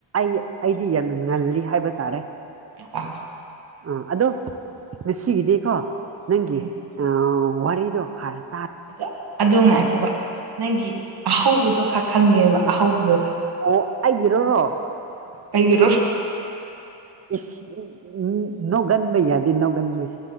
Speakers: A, on the right; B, on the right.
A: ꯑꯩ ꯑꯩꯗꯤ ꯌꯥꯝꯅ ꯉꯜꯂꯤ ꯍꯥꯏꯕ ꯇꯥꯔꯦ
B: ꯑ
A: ꯑꯥ ꯑꯗꯣ ꯉꯁꯤꯒꯤꯗꯤꯀꯣ ꯅꯪꯒꯤ
B: ꯎꯝ
A: ꯋꯥꯔꯤꯗꯣ ꯍꯥꯏꯔ
B: ꯑꯗ ꯑꯗꯨ ꯉꯥꯏꯈꯣꯕ ꯅꯪꯒꯤ ꯑꯍꯧꯕꯗꯣ ꯈꯔ ꯈꯪꯒꯦꯕ ꯑꯍꯧꯕꯗꯣ ꯈ
A: ꯑꯣ ꯑꯩꯒꯤꯔꯔꯣ
B: ꯑꯩꯔꯣ
A: ꯎꯝ ꯎꯝ ꯅꯣꯒꯟꯕ ꯌꯥꯗꯤ ꯅꯣꯒꯟꯕꯩ